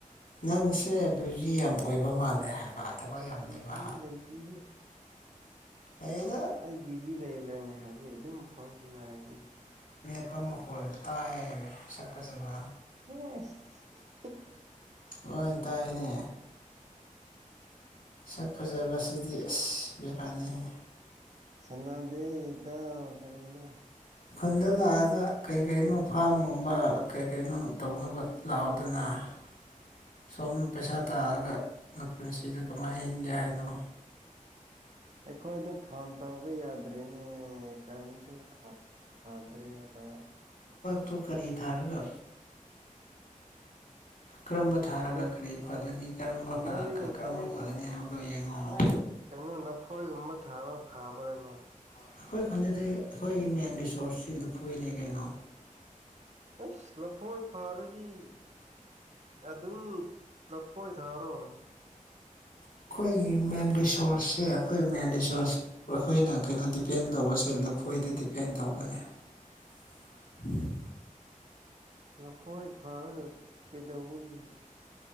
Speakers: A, on the left; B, on the right.
A: ꯅꯪꯁꯦ ꯕ꯭ꯌꯨꯖꯤ ꯌꯥꯝ ꯑꯣꯏꯕ ꯃꯥꯜꯂꯦ ꯍꯥꯏꯕ ꯊꯕꯛ ꯌꯥꯝ
B: ꯕꯤꯖꯤ
A: ꯂꯩꯕ
B: ꯂꯩꯇ ꯍ
A: ꯑꯩꯗ
B: ꯑꯩ ꯕꯤꯖꯤ ꯂꯩꯕ꯭ꯔꯥꯅꯦ ꯍꯧꯖꯤꯛ ꯑꯗꯨꯝ ꯐꯣꯟꯁꯨ ꯅꯥꯔꯁꯤꯅꯤ
A: ꯁꯛꯄ ꯃꯈꯣꯜ ꯇꯥꯏꯕ ꯁꯛꯄ ꯖꯒꯥ
B: ꯍ
A: ꯍꯣꯏ ꯏ ꯇꯥꯏꯅꯦ ꯁꯛ ꯐꯖꯕꯁꯤꯗꯤ ꯑꯁ ꯕꯦꯔꯥꯅꯤꯍꯦ
B: ꯁꯅꯥꯗꯦ ꯇ ꯀꯔꯤꯅ
A: ꯈꯨꯟꯗ ꯂꯥꯛꯑꯒ ꯀꯩ ꯀꯩꯅꯣ ꯐꯥꯝꯒꯨꯝꯕ ꯀꯩ ꯀꯩꯅꯣ ꯇꯧꯅꯕ ꯂꯥꯎꯗꯅ <unintelligible> ꯁꯣꯝ ꯄꯩꯁꯥ ꯇꯥꯔꯒ ꯄꯨꯟꯁꯤꯗ ꯀꯃꯥꯏꯅ ꯍꯤꯡꯒꯦ ꯍꯥꯏꯅꯣ
B: ꯑꯩꯈꯣꯏꯗ ꯐꯝ ꯇꯧꯕ ꯌꯥꯗ꯭ꯔꯤꯅꯦ ꯀꯝꯁꯨ ꯊꯥꯗ꯭ꯔꯦ ꯍꯥꯏꯕ
A: ꯇꯨ ꯀꯔꯤ ꯊꯥꯔꯒ ꯀꯔꯝꯕ ꯊꯥꯔꯒ
B: ꯅꯣꯏ
A: ꯀꯔꯤ ꯐꯒꯅꯤ ꯀꯔꯝꯕ
B: ꯅꯣꯏ
A: ꯀꯔꯝꯕ ꯐꯒꯅꯤ ꯍꯥꯏꯕꯗꯣ ꯌꯦꯡꯉꯣ
B: ꯑꯩꯅꯣꯟ ꯅꯐꯣꯏꯒꯨꯝꯕ ꯊꯥꯕ ꯐꯥꯕꯔꯅꯤ
A: ꯑꯩꯈꯣꯏ ꯈꯨꯟꯗꯗꯤ ꯑꯩꯈꯣꯏꯒꯤ ꯃꯦꯟ ꯔꯤꯁꯣꯔꯁꯁꯤ ꯂꯨꯐꯨꯅꯦ ꯀꯩꯅꯣ
B: ꯑꯁ ꯂꯐꯣꯏ ꯐꯔꯗꯤ ꯑꯗꯨꯝ ꯆꯐꯣꯏ ꯊꯥꯔꯣ
A: ꯑꯩꯈꯣꯏꯒꯤ ꯃꯦꯟ ꯔꯤꯁꯣꯔꯁꯁꯦ ꯑꯩꯈꯣꯏ ꯃꯦꯟ ꯔꯤꯁꯣꯔꯁ ꯑꯩꯈꯣꯏꯅ ꯀꯩꯅꯣ ꯗꯤꯄꯦꯟ ꯇꯧꯕꯁꯦ ꯂꯐꯣꯏꯗ ꯗꯤꯄꯦꯟ ꯇꯧꯕꯅꯦ <unintelligible>
B: ꯂꯐꯣꯏ ꯐꯔꯒ ꯀꯩꯗꯧꯕꯒꯤ